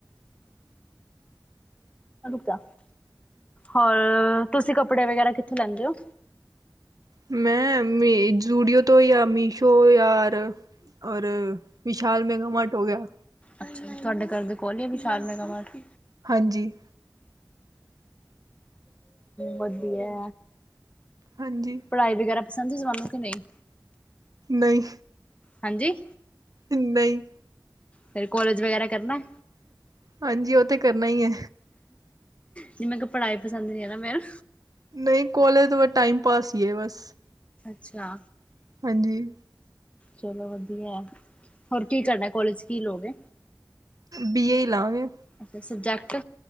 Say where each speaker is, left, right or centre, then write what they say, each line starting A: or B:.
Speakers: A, on the left; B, on the right.
A: ਜਾ ਹੋਰ ਤੁਸੀਂ ਕੱਪੜੇ ਵਗੈਰਾ ਕਿੱਥੋਂ ਲੈਂਦੇ ਹੋ?
B: ਮੈਂ ਮ ਜੂਡੀਓ ਤੋਂ ਯਾਰ ਮੀਸ਼ੋ ਯਾਰ ਔਰ ਵਿਸ਼ਾਲ ਮੈਗਾਮਟ ਹੋ ਗਿਆ।
A: ਅੱਛ ਤੁਹਾਡੇ ਘਰ ਦੇ ਖੋਲ ਆ ਵੀਸ਼ਾਲ ਮੈਗਾ ਮਾਰਟ?
B: ਹਾਂਜੀ।
A: ਵਧੀਆ।
B: ਹਾਂਜੀ।
A: ਪੜ੍ਹਾਈ ਵਗੈਰਾ ਪਸੰਦ ਸੀ ਜ਼ਾਨੂੰ ਕਿ ਨਹੀਂ?
B: ਨਹੀਂ।
A: ਹਾਂਜੀ।
B: ਨਹੀਂ।
A: ਫੇਰ ਕੋਲੇਜ ਵਗੈਰਾ ਕਰਨਾ।
B: ਹਾਂਜੀ ਉਹ ਤੇ ਕਰਨਾ ਹੀ ਹੈ।
A: ਜ ਮੈਂ ਕਿਹਾ ਪੜ੍ਹਾਈ ਪਸੰਦ ਨਹੀਂ ਹੈ, ਨਾ ਮੈਨੂੰ।
B: ਨਹੀਂ ਕੋਲੇਜ ਤੋਂ ਬਾ ਟਾਈਮ ਪਾਸ ਹੀ ਹੈ ਬਸ।
A: ਅੱਛਾ।
B: ਹਾਂਜੀ।
A: ਚਲੋ ਵਧੀਆ ਹੈ, ਹੋਰ ਕੀ ਕਰਨਾ ਕੋਲੇਜ ਕੀ ਲੋਗੇ?
B: ਬੀਏ ਹੀ ਲਾਗੇ।
A: ਅੱਛਾ ਸਬਜੈਕਟ